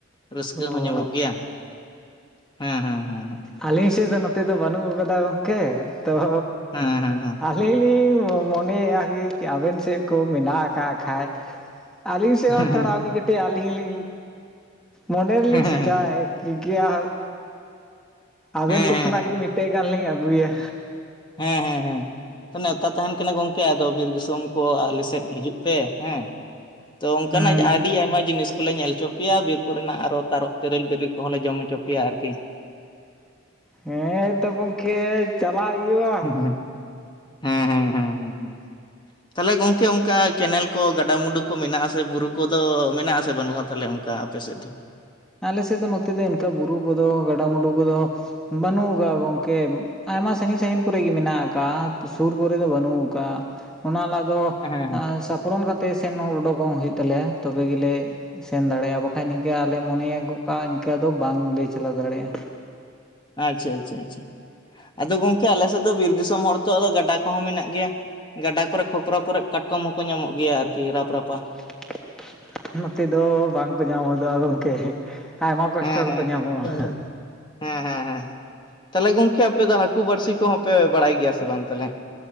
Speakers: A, on the left; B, in the centre.
A: ᱨᱟᱹᱥᱠᱟᱹ
B: ᱳ
A: ᱧᱟᱢᱚᱜ ᱜᱮᱭᱟ᱾ ᱦᱮᱸ ᱦᱮᱸ᱾ ᱦᱮᱸ
B: ᱟᱹᱞᱤᱧ ᱥᱮᱫ ᱫᱚ ᱱᱚᱛᱮ ᱫᱚ ᱵᱟᱹᱱᱩᱜ ᱟᱠᱟᱫᱟ ᱜᱚᱝᱠᱮ ᱛᱚᱸ
A: ᱦᱮᱸ ᱦᱮᱸ
B: ᱟᱹᱞᱤᱧ ᱞᱤᱧ ᱢᱚᱱᱮᱭᱮᱜᱼᱟ ᱟᱸᱵᱮᱱ ᱥᱮᱫ ᱠᱚ ᱢᱮᱱᱟᱜ ᱟᱠᱟᱫ ᱠᱷᱟᱡ᱾ ᱟᱹᱞᱤᱧ
A: ᱦᱮᱸ
B: ᱥᱮᱫ ᱦᱚᱸ ᱛᱷᱚᱲᱟ ᱠᱟᱹᱴᱤᱡ ᱟᱹᱞᱤᱧ ᱢᱚᱱᱮ ᱨᱮᱞᱤᱧ
A: ᱦᱮᱸ ᱦᱮᱸ
B: ᱥᱮᱪᱟᱣ ᱴᱷᱤᱠᱮᱭᱟ ᱟᱸᱵᱮᱱ
A: ᱦᱮᱸ
B: ᱥᱮᱫ
A: ᱦᱮᱸ
B: ᱠᱷᱚᱱᱟᱜ
A: ᱦᱮᱸ
B: ᱜᱮ ᱢᱤᱫᱴᱮᱱ ᱜᱟᱱ ᱞᱤᱧ ᱟᱹᱜᱩᱭᱼᱟ᱾
A: ᱦᱮᱸ ᱦᱮᱸ ᱦᱮᱸ ᱾ ᱱᱮᱣᱛᱟ ᱛᱟᱦᱮᱱ ᱠᱟᱱᱟ ᱜᱚᱝᱠᱮ ᱟᱫᱚ ᱵᱤᱨ ᱫᱤᱥᱚᱢ ᱠᱚ ᱟᱞᱮ ᱥᱮᱫ ᱦᱤᱡᱩᱜ ᱯᱮ ᱦᱮᱸ᱾ ᱛᱚ ᱚᱱᱠᱟ
B: ᱦᱮᱸ
A: <unintelligible> ᱟᱹᱰᱤ ᱟᱭᱢᱟ ᱡᱤᱱᱤᱥ ᱠᱚᱞᱮ ᱧᱮᱞ ᱦᱚᱪᱚ ᱯᱮᱭᱟ ᱵᱤᱨ ᱠᱚᱨᱮᱱᱟᱜ ᱟᱨᱚ ᱛᱟᱨᱚᱯ ᱛᱮᱨᱮᱞ ᱵᱮᱵᱤ ᱠᱚᱦᱚᱸ ᱞᱮ ᱡᱚᱢ ᱦᱚᱪᱚ ᱯᱮᱭᱟ ᱟᱨᱹᱠᱤ᱾
B: ᱦᱮᱸ ᱛᱚ ᱜᱚᱢᱠᱮ ᱪᱟᱞᱟᱜ ᱦᱩᱭᱩᱜ-ᱟ ᱾
A: ᱦᱩᱸ <inaudible> ᱦᱮᱸ ᱦᱮᱸ ᱦᱮᱸ ᱦᱮᱸ ᱾ ᱛᱟᱦᱚᱞᱮ ᱜᱚᱝᱠᱮ ᱚᱱᱠᱟ ᱠᱮᱱᱮᱞ ᱠᱚ ᱜᱟᱰᱟ ᱢᱩᱰᱩ ᱠᱚ ᱢᱮᱱᱟᱜ ᱟᱥᱮ ᱵᱩᱨᱩ ᱠᱚᱫᱚ ᱢᱮᱱᱟᱜ ᱟᱥᱮ ᱵᱟᱹᱱᱩᱜ-ᱟ ᱛᱟᱦᱚᱞᱮ ᱚᱱᱠᱟ ᱾ ᱟᱯᱮ ᱥᱮᱫ ᱫᱚ
B: ᱟᱞᱮᱥᱮᱫ ᱫᱚ ᱱᱚᱛᱮ ᱫᱚ ᱤᱱᱠᱟ ᱵᱩᱨᱩ ᱠᱚᱫᱚ ᱜᱟᱰᱟ ᱢᱩᱰᱩ ᱠᱚᱫᱚ ᱵᱟᱹᱱᱩᱜ ᱟᱠᱟᱜ-ᱟ ᱜᱚᱢᱠᱮ ᱟᱭᱢᱟ ᱥᱟᱺᱜᱤᱧ ᱥᱟᱺᱜᱤᱧ ᱠᱚᱮᱜ ᱜᱮ ᱢᱮᱱᱟᱜ ᱟᱠᱟᱫ-ᱟ ᱥᱩᱨ ᱠᱚᱨᱮ ᱫᱚ ᱵᱟᱹᱱᱩᱜ ᱟᱠᱟᱜ-ᱟ ᱾ ᱚᱱᱟ ᱞᱟᱦᱟ ᱫᱚ
A: ᱦᱮᱸ
B: ᱻ
A: ᱦᱮᱸ
B: ᱥᱟᱯ ᱯᱷᱚᱱ ᱠᱟᱛᱮ ᱥᱮᱱ ᱦᱚᱸ ᱩᱰᱠᱚᱜ ᱦᱩᱭᱩᱜ ᱛᱟᱞᱮᱭᱟ ᱛᱚᱵᱮ ᱜᱮᱞᱮ ᱥᱮᱱ ᱫᱟᱲᱮᱭᱟᱜ-ᱟ ᱵᱟᱠᱷᱟᱡ ᱱᱤᱝᱠᱟᱹ ᱟᱞᱮ ᱢᱚᱱᱮᱭ ᱜᱚᱜᱠᱟᱜ-ᱟ ᱤᱱᱠᱟᱹ ᱫᱚ ᱵᱟᱝᱞᱮ ᱪᱟᱞᱟᱣ ᱫᱟᱲᱮᱭᱟᱜ-ᱟ᱾
A: ᱟᱪᱪᱷᱟ ᱟᱪᱪᱷᱟ ᱟᱪᱪᱷᱟ ᱾ ᱟᱫᱚ ᱜᱚᱝᱠᱮ ᱟᱞᱮ ᱥᱮᱫ ᱫᱚ ᱵᱤᱨ ᱫᱤᱥᱚᱢ ᱦᱚᱲ ᱛᱚ ᱜᱟᱰᱟ ᱠᱚᱦᱚᱸ ᱢᱮᱱᱟᱜ ᱜᱮᱭᱟ᱾ ᱜᱟᱰᱟ ᱠᱚᱨᱮ ᱠᱷᱚᱠᱨᱚ ᱠᱚᱨᱮ ᱠᱟᱴᱠᱚᱢ ᱦᱚᱸᱠᱚ ᱧᱟᱢᱚᱜ ᱜᱮᱭᱟ ᱟᱨᱠᱤ ᱨᱟᱯ ᱨᱟᱯᱟ᱾
B: <inaudible> ᱱᱚᱛᱮ ᱫᱚ ᱵᱟᱝᱠᱚ ᱧᱟᱢ ᱦᱚᱫᱚᱜ-ᱟ ᱜᱚᱝᱠᱮ᱾ ᱟᱭᱢᱟ ᱠᱚᱥᱴᱚ
A: ᱦᱮᱸ
B: ᱠᱟᱛᱮ ᱧᱟᱢᱚᱜ-ᱟ᱾
A: ᱦᱮᱸ ᱦᱮᱸ ᱦᱮᱸ ᱦᱮᱸ ᱛᱟᱦᱚᱞᱮ ᱜᱚᱝᱠᱮ ᱟᱯᱮ ᱫᱚ ᱦᱟᱹᱠᱩ ᱵᱟᱹᱲᱥᱤ ᱠᱚᱦᱚᱸ ᱯᱮ ᱵᱟᱲᱟᱭ ᱜᱮᱭᱟ ᱥᱮ ᱵᱟᱝ ᱛᱟᱦᱚᱞᱮ?